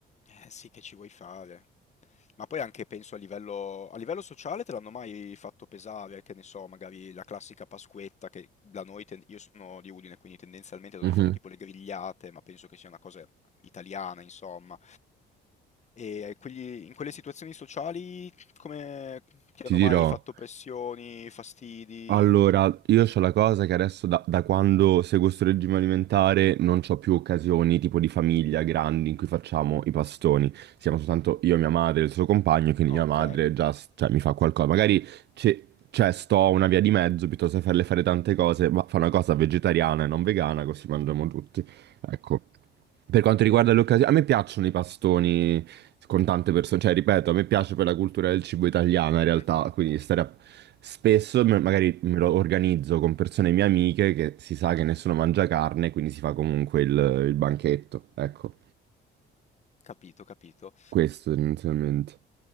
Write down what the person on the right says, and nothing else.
Mhm.
ti
dirò.
Allora, io ho la cosa che adesso da, da quando seguo sto regime alimentare non ho più occasioni tipo di famiglia grandi in cui facciamo i pastoni. Siamo soltanto io, mia madre e il suo compagno, quindi
mia madre già s- cioè, mi fa qualcosa. Magari c'è c'è, sto una via di mezzo, piuttosto che farle fare tante cose, ma fa una cosa vegetariana e non vegana così mangiamo tutti. Ecco. Per quanto riguarda le occasioni, a me piacciono i pastoni con tante persone, cioè ripeto, a me piace per la cultura del cibo italiana in realtà,
quindi stare a- spesso me- magari me lo organizzo con persone mie amiche che si sa che nessuno mangia carne, quindi si fa comunque il, il banchetto, ecco,
questo tendenzialmente.